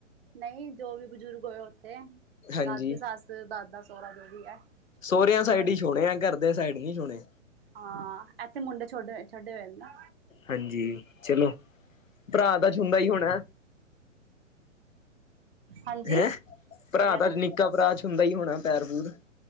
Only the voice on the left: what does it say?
ਹਾਂਜੀ
ਸੋਹਰਿਆਂ ਸਾਈਡ
ਹੀ ਛੋਹਣੇ ਆ ਘਰ ਦੇ ਸਾਈਡ ਨੀ ਛੋਹਣੇ।
ਹਾਂਜੀ ਚਲੋ ਭਰਾ ਤਾਂ <unintelligible> ਹੀ ਹੋਣਾ।
ਹੈਂ?
ਭਰਾ
ਤਾਂ
ਨਿੱਕਾ ਭਰਾ ਛੋਹਦਾ ਹੁੰਦਾ ਹੀ ਹੋਣਾ ਪੈਰ ਪੂਰ।